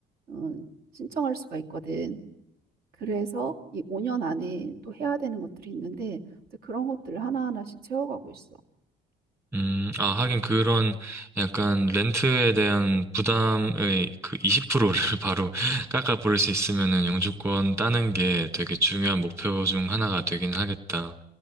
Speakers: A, on the right; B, on the right.
A: 어, 신청할 수가 있거든. 그래서 이 5년 안에 또 해야 되는 것들이 있는데, 또 그런 것들을 하나하나씩 채워가고 있어.
B: 음, 아, 하긴 그런 약간 렌트에 대한 부담의 그 20%를 <laughs> 바로 깎아버릴 수 있으면은 영주권 따는 게 되게 중요한 목표 중 하나가 되긴 하겠다.